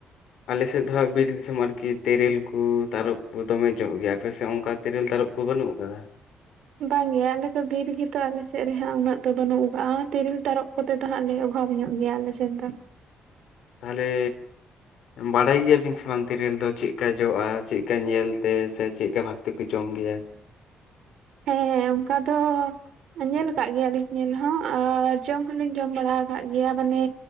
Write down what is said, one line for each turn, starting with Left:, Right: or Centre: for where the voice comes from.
Left: ᱟᱞᱮᱥᱮᱫ ᱫᱚᱦᱟᱸᱜ ᱵᱤᱨ ᱫᱤᱥᱚᱢ ᱟᱨᱠᱤ ᱛᱮᱨᱮᱞ ᱠᱚ ᱛᱟᱨᱚᱵᱯ ᱠᱚ ᱫᱚᱢᱮ ᱧᱚᱜ ᱜᱮᱭᱟ ᱯᱮᱥᱮ ᱠᱟ ᱛᱮᱨᱮᱞ ᱛᱟᱨᱚᱜ ᱠᱚ ᱵᱟᱹᱱᱩᱜ ᱟᱠᱟᱫᱟ᱾
Right: ᱵᱟᱝᱜᱮ ᱟᱞᱮᱫᱚ ᱵᱤᱨ ᱜᱮᱛᱚ ᱟᱞᱮᱥᱮᱫ ᱨᱮᱦᱟᱜ ᱩᱱᱟᱹᱜ ᱫᱚ ᱵᱟᱹᱱᱩᱜᱟᱜᱼᱟ ᱛᱤᱨᱤᱞ ᱛᱟᱨᱚᱯ ᱠᱚᱛᱮ ᱫᱚ ᱦᱟᱸᱜ ᱞᱮ ᱚᱵᱷᱟᱵᱽ ᱧᱚᱜ ᱜᱮᱭᱟ ᱟᱞᱮ ᱥᱮᱫ ᱫᱚ᱾
Left: ᱛᱟᱦᱚᱞᱮ ᱵᱟᱲᱟᱭ ᱜᱮᱭᱟᱹᱞᱤᱧ ᱥᱮ ᱵᱟᱝ ᱛᱤᱨᱤᱞ ᱫᱚ ᱪᱮᱫ ᱞᱮᱠᱟ ᱡᱚᱜᱼᱟ ᱪᱮ ᱞᱮᱠᱟ ᱧᱮᱞ ᱛᱮ ᱥᱮ ᱪᱮᱫ ᱞᱮᱠᱟ ᱵᱷᱟᱯ ᱛᱮ ᱯᱮ ᱡᱚᱢ ᱜᱤᱭᱟ᱾ <inaudible>
Right: ᱦᱮᱸᱻ ᱚᱱᱠᱟ ᱫᱚᱻ ᱧᱮᱞ ᱟᱠᱟᱫ ᱜᱮᱭᱟᱞᱤᱧ ᱧᱮᱞ ᱦᱚᱸ ᱟᱨ ᱡᱚᱢ ᱦᱚᱞᱤᱧ ᱡᱚᱢ ᱵᱟᱲᱟ ᱟᱠᱟᱫ ᱜᱮᱭᱟ ᱢᱟᱱᱮ